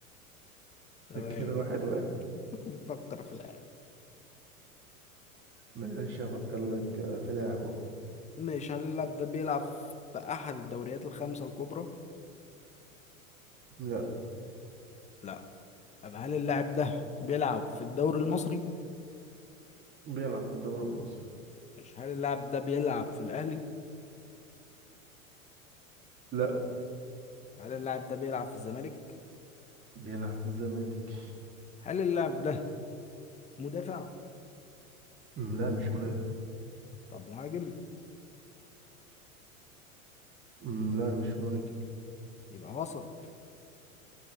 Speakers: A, on the right (about 25°); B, on the left (about 15°).
A: <laughs>
B: تمام
A: كده واحد واحد
B: <laughs> نفكر في اللاعب
A: ماشي افكر لك في لاعب اهو
B: ماشي هل اللاعب ده بيلعب في أحد الدوريات الخمسة الكبرى؟
A: لا
B: لا طب هل اللاعب ده بيلعب في الدوري المصري؟
A: بيلعب في الدوري المصري
B: ماشي هل اللاعب ده بيلعب في الاهلي
A: لا
B: هل اللاعب ده بيلعب في الزمالك
A: بيلعب في الزمالك
B: هل اللاعب ده مدافع
A: أمم، لا مش مهاجم
B: طب مهاجم
A: أمم، لا مش مهاجم
B: يبقى وسط